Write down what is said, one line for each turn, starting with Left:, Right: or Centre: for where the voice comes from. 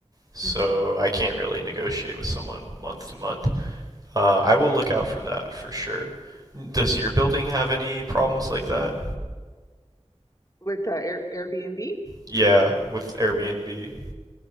Right: So
Left: Mm-hmm.
Right: I can't really negotiate with someone month to month. Uh, I will look out for that for sure. Does your building have any problems like that?
Left: With uh, Air Airbnb,
Right: Yeah, with Airbnb.